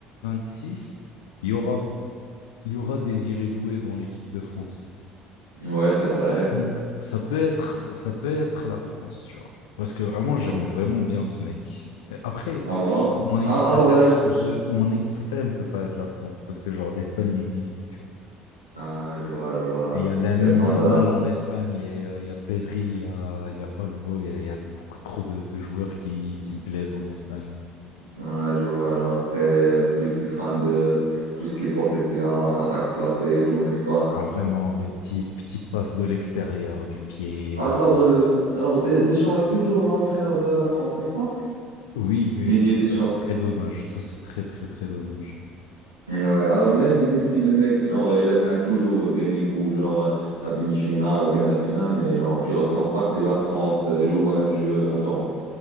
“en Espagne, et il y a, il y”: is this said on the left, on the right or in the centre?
Left